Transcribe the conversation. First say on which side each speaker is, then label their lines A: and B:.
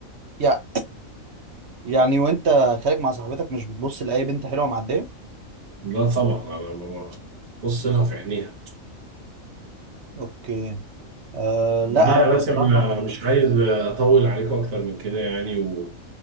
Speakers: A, on the right (about 60°); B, on the right (about 75°).
A: يع- يعني وانت خارج مع صاحبتك مش بتبص لأي بنت حلوة معدية
B: لا طبعا انا ب- ببص لها في عينيها
A: اوكي آه لا
B: والله
A: انا
B: يا باسم
A: بصراحة
B: <laughs> آه، مش عايز آه، اطول عليكم اكتر من كده يعني و...